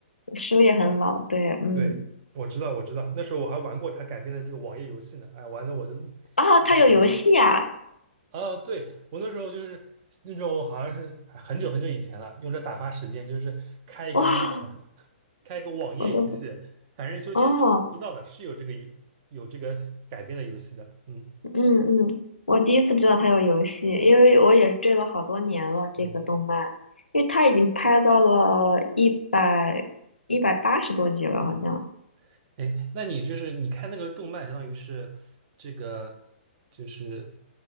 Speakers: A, on the left (about 80°); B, on the right (about 35°).
A: 书也很老，对，嗯，
B: 对，我知道我知道，那时候我还玩过他改编的这个网页游戏呢，哎，玩的我都
A: 啊，
B: 一脸懵。
A: 它有游戏啊，
B: 啊，对，我那时候就是那种好像是很久很久以前了，用这打发时间，就是开一个那个
A: 哇，
B: <laughs> 开一个网页游戏，
A: 我都不，
B: 凡人修仙传知道的是有这个游有这个改编的游戏的，
A: 哦。
B: 嗯
A: 嗯嗯，我第一次知道它有游戏，因为我也是追了好多年了这个动漫，
B: 嗯
A: 因为它已经拍到了一百一百八十多集了，
B: 嗯，
A: 好像。
B: 哎，那你就是你看那个动漫，相当于是这个就是